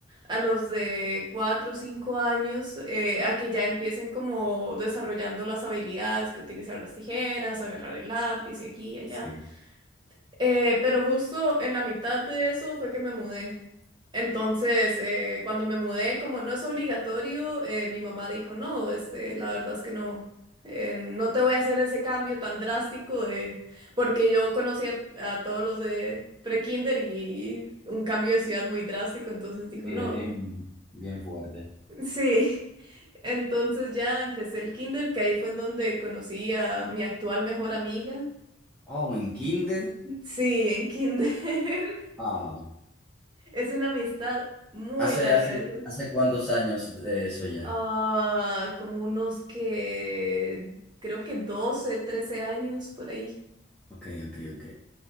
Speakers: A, on the right; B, in the centre.
A: a los de cuatro o cinco años eh, a que ya empiecen como desarrollando las habilidades, que utilizar las tijeras, agarrar el lápiz y aquí y allá.
B: Sí,
A: Eh, pero justo en la mitad de eso fue que me mudé. Entonces, eh, cuando me mudé, como no es obligatorio, eh, mi mamá dijo, no, este, la verdad es que no. eh, no te voy a hacer ese cambio tan drástico de, porque yo conocía a a todos los de pre-kinder y un cambio de ciudad muy drástico, entonces dijo,
B: sí,
A: no,
B: es bien, bien fuerte.
A: Sí, entonces ya empecé el kinder, que ahí fue en donde conocí a mi actual mejor amiga.
B: Oh, en kinder.
A: Sí, en kinder. <laughs>
B: Ah,
A: Es una amistad muy
B: ¿Hace,
A: larga.
B: hace,
A: es-
B: hace cuántos años de eso ya?
A: Ah, como unos que creo que 12, 13 años por ahí.
B: Ok, ok, ok.